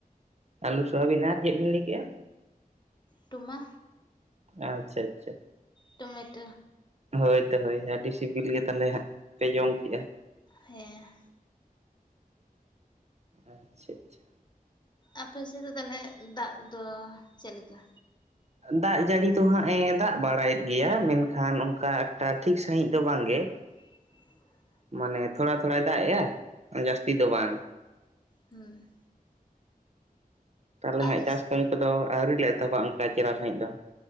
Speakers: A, on the right; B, on the left.
A: ᱟᱞᱩ ᱥᱚᱦᱟᱵᱤᱱ ᱟᱨ ᱪᱮᱫ ᱵᱤᱱ ᱞᱟᱹᱭ ᱠᱮᱜᱼᱟ
B: ᱴᱳᱢᱟ
A: ᱟᱪᱪᱷᱟ ᱟᱪᱪᱷᱟ
B: ᱴᱳᱢᱮᱴᱳ
A: ᱦᱳᱭ ᱛᱚ ᱦᱳᱭ ᱟᱹᱰᱤ ᱥᱤᱵᱤᱞ ᱜᱮ ᱛᱟᱦᱚᱞᱮ ᱦᱟᱸᱜ ᱯᱮ ᱡᱚᱢ ᱠᱮᱜᱼᱟ
B: ᱦᱮᱸ
A: ᱟᱪᱪᱷᱟ ᱟᱪᱪᱷᱟ
B: ᱟᱯᱮ ᱥᱮᱫ ᱫᱚ ᱛᱟᱦᱚᱞᱮ ᱫᱟᱜ ᱫᱚ ᱪᱮᱫ ᱞᱮᱠᱟ
A: ᱫᱟᱜ ᱡᱟᱹᱲᱤ ᱫᱚ ᱦᱟᱸᱜᱼᱮ ᱫᱟᱜ ᱵᱟᱲᱟᱭᱮᱫ ᱜᱮᱭᱟ ᱢᱮᱱᱠᱷᱟᱱ ᱚᱱᱠᱟ ᱮᱠᱴᱟ ᱴᱷᱤᱠ ᱥᱟᱺᱦᱤᱡ ᱫᱚ ᱵᱟᱝ ᱜᱮ
B: <inaudible>
A: ᱢᱟᱱᱮ ᱛᱷᱚᱲᱟ ᱛᱷᱚᱲᱟᱭ ᱫᱟᱜ ᱮᱜᱽᱻᱟ ᱡᱟᱹᱥᱛᱤ ᱫᱚ ᱵᱟᱝ
B: ᱦᱩᱸ
A: ᱛᱟᱦᱞᱮ
B: ᱟᱞᱮ
A: ᱦᱟᱸᱜ ᱪᱟᱥ ᱠᱟᱹᱢᱤ ᱠᱚᱫᱚ ᱟᱹᱣᱨᱤ ᱞᱮ ᱮᱛᱚᱦᱚᱵᱽᱼᱟ ᱚᱱᱠᱟ ᱪᱮᱨᱞᱟ ᱥᱟᱺᱦᱤᱡᱽ ᱫᱚ